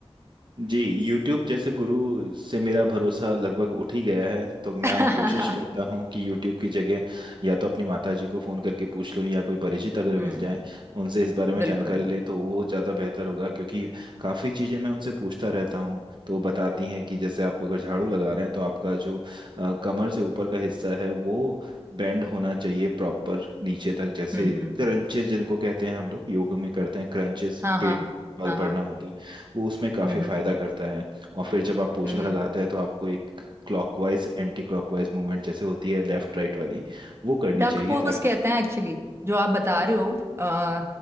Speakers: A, on the right; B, on the right.
A: जी YouTube जैसे गुरु से मेरा भरोसा लगभग उठ ही गया है तो
B: <laughs>
A: मैं कोशिश करता हूँ कि YouTube की जगह या तो अपनी माता जी को फ़ोन करके पूछ लूँ या कोई परिचित अगर
B: हम्म
A: मिल जाए उनसे इस बारे में
B: बिल्कुल
A: जानकारी ले तो वो ज़्यादा बेहतर होगा क्योंकि काफ़ी चीज़ें मैं उनसे पूछता रहता हूँ तो वो बताती हैं कि जैसे आपको अगर झाड़ू लगा रहे हैं तो आपका जो अ, कमर से ऊपर का हिस्सा है वो बेंड होना चाहिए प्रॉपर नीचे तक जैसे
B: हम्म हम्म,
A: क्रंचेस जिनको कहते हैं हम लोग योग में करते हैं क्रंचेस
B: हाँ
A: पेट
B: हाँ
A: में जो बल
B: हाँ हाँ
A: पड़ना होता है वो उसमें काफी
B: हम्म
A: फायदा करता है और फिर जब आप पोछा
B: हम्म
A: लगाते हैं तो आपको एक क्लॉकवाइज एंटी क्लॉकवाइज मूवमेंट जैसे होती है लेफ्ट राइट वाली वो करनी
B: डक
A: चाहिए
B: पोज
A: ताकि
B: कहते हैं एक्चुअली जो आप बता रहे हो आ,